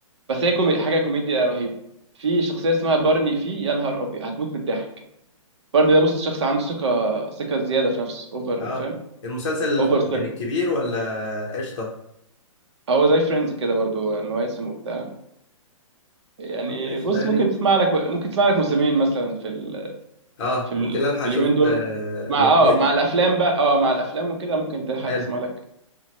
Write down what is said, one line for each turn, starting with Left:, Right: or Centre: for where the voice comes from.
Right: بس هي كومي... حاجه كوميديا رهيبه في شخصيه اسمها بارني في يا نهار ابيض هتموت من الضحك بارني ده بص شخص عنده ثقه ثقه زياده في نفسه اوفر
Left: اه
Right: فاهم
Left: المسلسل
Right: اوفر سليب
Left: يعني كبير ولا قشطه
Right: هو زي فريندز كده برضو مواسم وبتاع يعني
Left: طب قشطه
Right: بص
Left: يعني
Right: ممكن تسمع لك ممكن تسمع لك موسمين مثلا في ال...
Left: اه
Right: في, ال...
Left: ممكن الحق
Right: في
Left: اشوف
Right: اليومين دول
Left: آه
Right: مع
Left: مشوير
Right: اه مع الافلام بقى اه مع الافلام وكده ممكن تلحق
Left: حلو
Right: تسمع لك